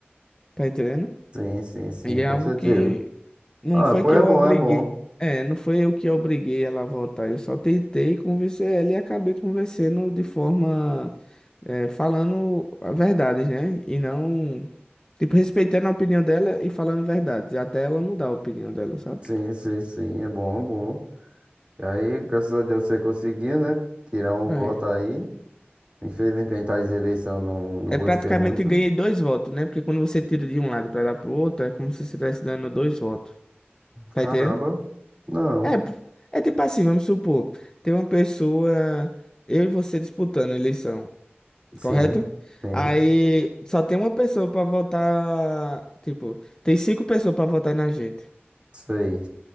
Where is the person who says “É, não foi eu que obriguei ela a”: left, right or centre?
Left